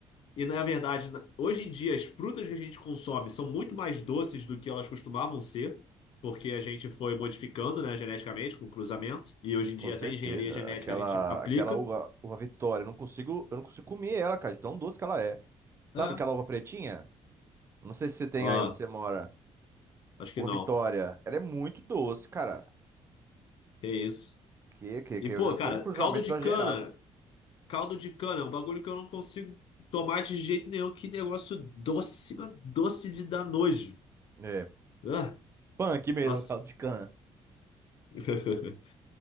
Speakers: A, on the left; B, on the right.
A: e na verdade, na- hoje em dia, as frutas que a gente consome são muito mais doces do que elas costumavam ser, porque a gente foi modificando, né, geneticamente, com cruzamento, e hoje em
B: Com
A: dia
B: certeza.
A: até engenharia genética
B: Aquela,
A: a gente aplica.
B: aquela uva, uva Vitória, eu não consigo, eu não consigo comer ela, cara, de tão doce que ela é. Sabe
A: É.
B: aquela uva pretinha? Não sei se você tem
A: Ó,
B: aí onde você mora.
A: acho que
B: Uva
A: não.
B: Vitória, ela é muito doce, cara.
A: Que isso.
B: Que, que,
A: E,
B: que
A: pô, cara,
B: foi um cruzamento
A: caldo de
B: exagerado.
A: cana. Caldo de cana é um bagulho que eu não consigo tomar de jeito nenhum. Que negócio doce, mas doce de dar nojo.
B: É,
A: Ah,
B: punk mesmo,
A: nossa.
B: <laughs> caldo de cana.
A: <laughs>